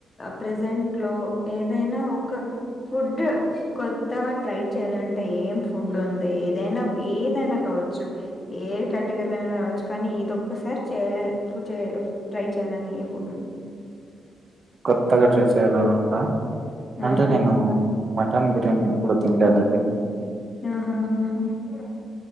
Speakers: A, on the left; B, on the right.
A: ప్రెజెంట్ లో ఏదైనా ఒక ఫుడ్. కొత్తగా ట్రై చేయాలంటే ఏం ఫుడ్ ఉంది. ఏదైనా ఏదైనా కావచ్చు ఏ ఎ కేటగిరీలో ఐనా రావచ్చు కానీ ఇదొక్కసారి చేయ ఫుడ్ చేయ ట్రై చెయ్యాలని ఏ ఫుడ్ ఉంది.
B: కొత్తగా ట్రై చేయాలని ఉందా. అంటే
A: ఆ
B: నేను మటన్ బిర్యానీ ఎప్పుడు తినలేదండి.
A: ఆహా ఆహా ఆహ్.